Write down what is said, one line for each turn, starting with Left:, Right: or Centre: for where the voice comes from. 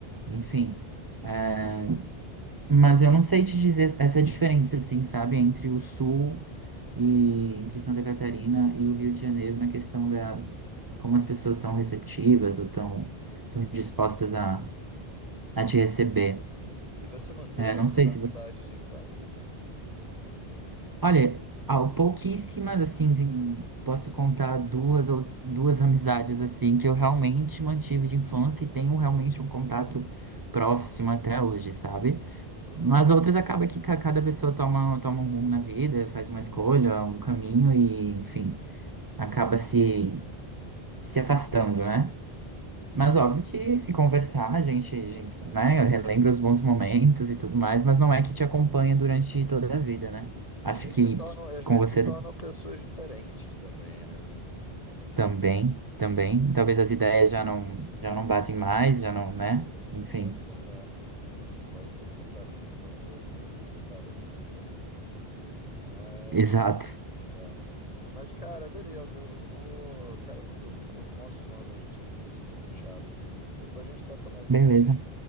Right: enfim. É,
Left: Hum.
Right: mas eu não sei te dizer essa diferença, assim, sabe, entre o Sul e entre Santa Catarina e o Rio de Janeiro na questão da como as pessoas são receptivas ou estão tão tão dispostas a, a te receber.
Left: E você manteve
Right: É,
Left: essas
Right: não sei
Left: amizades
Right: se você.
Left: de infância?
Right: Olha, há pouquíssimas, assim, tem- posso contar duas ou duas amizades assim que eu realmente mantive de infância e tenho realmente um contato próximo até hoje, sabe?
Left: Uhum.
Right: Nas outras acaba que ca- cada pessoa toma, toma um rumo na vida, faz uma escolha, um caminho e, enfim, acaba se, se afastando, né?
Left: Entendi.
Right: Mas óbvio que se conversar, a gente, a gente, né, relembra os bons momentos e tudo mais, mas não é que te acompanha durante toda a vida, né?
Left: E
Right: Acho
Left: às vezes
Right: que,
Left: se tornam,
Right: que
Left: às vezes
Right: com você
Left: se tornam pessoas diferentes também, né?
Right: também, também, talvez as ideias já não, já não batem mais, já não, né? Enfim,
Left: imagino, né? né, Lá em Santa Catarina, então deve ser complicado essa questão. Mas,
Right: exato.
Left: é. Mas, cara, beleza. Eu vou, cara, eu vou dormir que tô com o maior sono. Hoje eu tive um dia super puxado. Depois a gente troca mais ideia.
Right: Beleza.